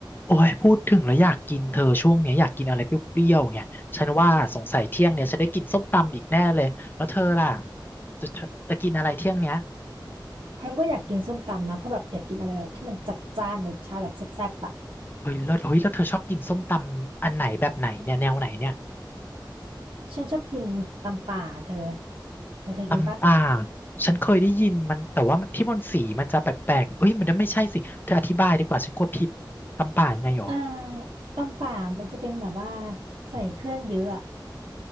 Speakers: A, on the left; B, on the right.
A: โอ้ยพูดถึงแล้วอยากกินเธอช่วงเนี้ยอยากกินอะไรเปรี้ยวๆเนี่ยฉันว่าสงสัยเที่ยงเนี่ยฉันได้กินส้มตำอีกแน่เลยแล้วเธอล่ะจะจะจะกินอะไรเที่ยงเนี้ย
B: ฉันก็อยากกินส้มตำนะเพราะแบบอยากกินอะไรแบบที่มันจัดจ้านรสชาติแบบแซ่บๆอ่ะ
A: เฮ้ยแล้วเฮ้ยแล้วเธอชอบกินส้มตำอันไหนแบบไหนเนี่ยแนวไหนเนี่ย
B: ฉันชอบกินตำป่าเธอเธอเคยกินปะ
A: ตำป่าฉันเคยได้ยินมันแต่ว่ามันที่มันสีมันจะแปลกๆเอ้ยมันไม่ใช่สิเธออธิบายดีกว่าฉันกลัวผิดตำป่ายังไงหรอ
B: เอ่อตำป่ามันจะเป็นแบบว่าใส่เครื่องเยอะอ่ะ